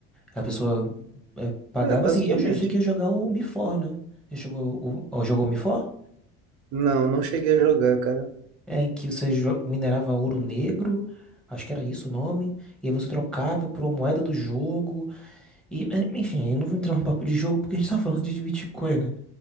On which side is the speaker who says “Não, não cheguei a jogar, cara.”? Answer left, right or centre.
Right